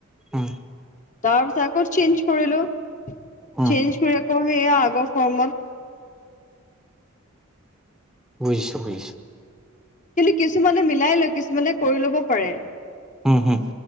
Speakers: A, in the centre; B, on the left.
A: অ'।
B: তাৰপিছত আকৌ চেঞ্জ কৰিলোঁ,
A: উম,
B: চেঞ্জ কৰি আকৌ সেইয়া আগৰ ফৰ্মত
A: বুজিছোঁ বুজিছোঁ।
B: কিন্তু কিছুমানে মিলাই লৈ কিছুমানে কৰি ল'ব পাৰে।
A: উম, হুম,